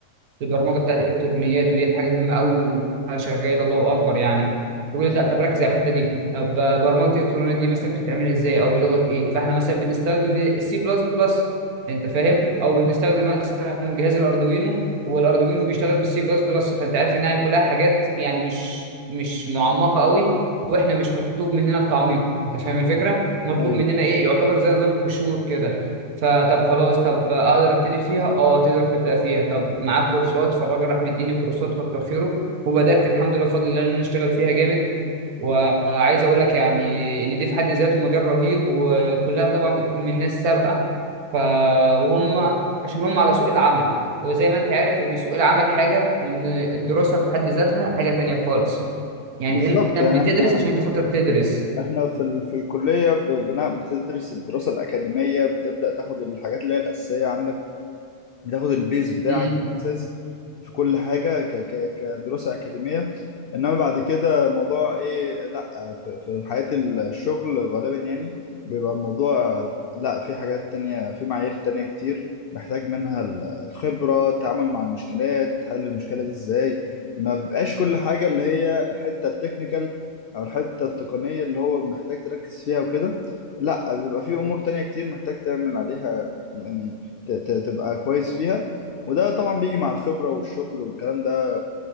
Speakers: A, on the right; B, on the left.
A: البرمجه بتاعت الالكترونيات وديت حاجه مهمه قوي شغال الله اكبر يعني يقول لي لا طب ركز على الحته دي طب برمجه الالكترونيات دي مثلا بتتعمل ازاي او بلغه ايه فاحنا مثلا بنستخدم السي بلس بلس انت فاهم او بنستخدم مثلا جهاز الاردوينو والاردوينو بيشتغل بالسي بلس بلس فانت عارف انها كلها حاجات يعني مش مش معمقه قوي واحنا مش مطلوب مننا التعميق انت فاهم الفكره مطلوب
B: أيوه
A: مننا ايه يعتبر زي نظام قشور كده فطب خلاص طب اقدر ابتدي فيها اه تقدر تبدا فيها طب معاك كورسات فالراجل راح مديني كورسات كتر خيره وبدات الحمد لله بفضل الله ان انا اشتغل فيها جامد وعايز اقول لك يعني ان دي في حد ذاته مجال رهيب وكلها طبعا بتكون من ناس سابقه ف وهم عشان هم على سوق العمل وزي ما انت عارف ان سوق العمل حاجه وان الدراسه في حد ذاتها حاجه تانية خالص يعني
B: بالظبط
A: انت هنا
B: يعني
A: بتدرس
B: إحنا
A: عشان انت خاطر تدرس
B: احنا في ال... في الكلية ب- بن- بتدرس الدراسة الأكاديمية بتبدأ تاخد الحاجات اللي هي الأساسية عندك بتاخد البيز بتاعك
A: امم
B: الاساس في كل حاجه ك ك كدراسه اكاديميه انما بعد كده موضوع ايه لا في, في حياه الشغل غالبا يعني بيبقى الموضوع لا في حاجات تانية في معايير تانية كتير محتاج منها ال- الخبرة التعامل مع المشكلات حل المشكلة دي ازاي ما بيبقاش كل حاجة اللي هي الحتة التكنيكال او الحتة التقنية اللي هو محتاج تركز فيها وكده لا بيبقى في امور تانية كتير محتاج تعمل عليها يعني ت- ت- تبقى كويس فيها وده طبعا بيجي مع الخبرة والشغل والكلام ده